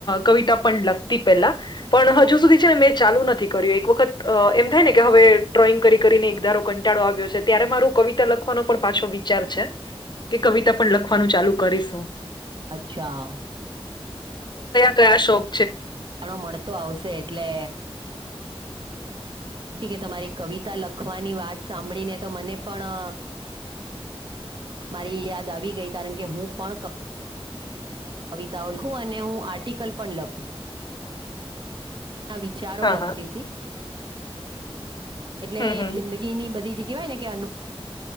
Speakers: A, on the left (about 45°); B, on the right (about 50°).
A: કવિતા પણ લખતી પ હજુ સુધી છે ને મેં ચાલુ નથી કર્યું એક વખત એમ થાય ને કે હવે ડ્રોઈંગ ને એક ધારો કંટાળો આવ્યો છે ત્યારે મારો કવિતા લખવાનો પણ પાછો વિચાર છે કે કવિતા પણ લખવાનું ચાલુ કરીશું
B: અચ્છા
A: ગયા શોપ
B: ઘણો મળતો આવશે એટલે થી કે તમારી કવિતા લખવાની વાત સાંભળીને તો મને પણ મારી યાદ આવી ગઈ કારણ કે હું પણ કવિતાઓ લખું અને હું આર્ટિકલ પણ લખું ના વિચારો
A: હા
B: લગતી
A: હા
B: હતીથી એટલે
A: હમ હમ
B: જિંદગીની બધી જ કહેવાય ને કે અનુ